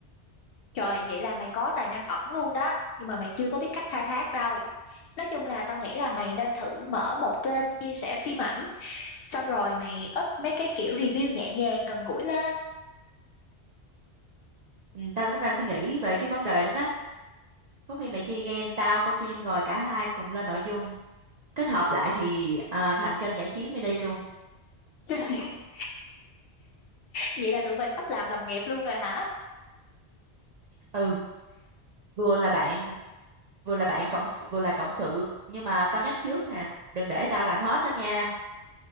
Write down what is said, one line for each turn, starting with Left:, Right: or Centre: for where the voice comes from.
Left: Trời, vậy là mày có tài năng ẩn luôn đó, nhưng mà mày chưa có biết cách khai thác đâu. Nói chung là tao nghĩ là mày nên thử mở một kênh chia sẻ phim ảnh, xong rồi mày up mấy cái kiểu review nhẹ nhàng gần gũi lên.
Right: ừ, tao cũng đang suy nghĩ về cái vấn đề đó đó có khi mày chơi game tao coi phim rồi cả hai cùng lên nội dung kết hợp lại thì à, thành kênh giải trí mini luôn
Left: <laughs> Vậy là tụi mình sắp làm đồng nghiệp luôn rồi hả?
Right: ừ vừa là bạn vừa là bạn cộng sự- vừa là cộng sự nhưng mà tao nhắc trước nè đừng để tao làm hết đó nha